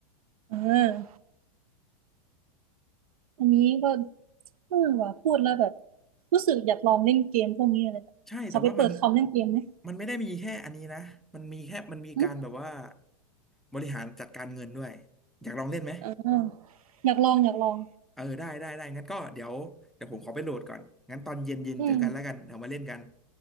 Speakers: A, on the right; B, in the centre.
A: เอออันนี้ก็เออว่าพูดแล้วแบบรู้สึกอยากลองเล่นเกมพวกนี้อะไรแบบขอไปเปิดคอมเล่นเกมไหม
B: ใช่แต่ว่ามันมันไม่ได้มีแค่อันนี้นะมันมีแค่มันมีการแบบว่า
A: อืม
B: บริหารจัดการเงินด้วยอยากลองเล่นไหม
A: เอออยากลองอยากลอง
B: เออได้ได้ได้งั้นก็เดี๋ยวเดี๋ยวผมขอไปโหลดก่อนงั้นตอนเย็นเย็นเจอกันแล้วกันเดี๋ยวมาเล่นกัน
A: อืม